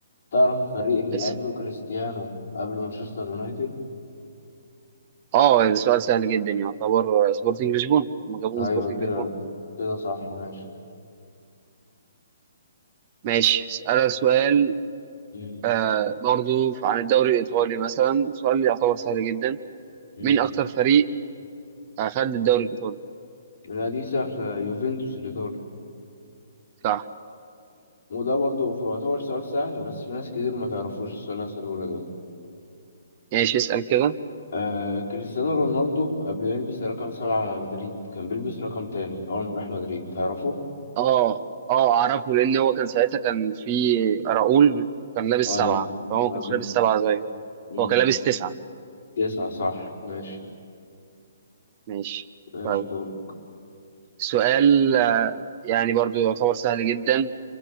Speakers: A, on the left; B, on the right.
A: تعرف الفريق اللي
B: اسال
A: لعب له كريستيانو قبل مانشستر يونايتد؟
B: اه ده سؤال سهل جدا يعني، يعتبر سبورتنج
A: مم.
B: لشبونه هم جابوه
A: أيوة
B: من سبورتنج
A: كده
B: لشبونه
A: كده صح ماشي
B: ماشي اسالك سؤال
A: مم.
B: آه برضو عن الدوري الإيطالي مثلا سؤال يعتبر سهل جدا
A: مم.
B: مين أكتر فريق أخد الدوري الإيطالي؟
A: لا دي سهلة يوفنتوس الإيطالي
B: صح
A: وده برضو ف- يعتبر سؤال سهل بس في ناس كتير ما تعرفوش السؤال اللي هسأله لك ده.
B: ماشي اسأل كده
A: آه كريستيانو رونالدو قبل ما يلبس رقم سبعة مع مدريد كان بيلبس رقم تاني أول ما راح مدريد تعرفه؟
B: اه اه أعرفه لأن هو كان ساعتها كان في راؤول كان لابس
A: أيوة
B: سبعة فهو ما
A: أنا
B: كانش
A: كنت
B: لابس سبعة زيه
A: مم،
B: هو كان لابس تسعة
A: تسعة صح ماشي
B: ماشي
A: ماشي
B: طيب
A: دورك
B: سؤال آه يعني برضو يعتبر سهل جدا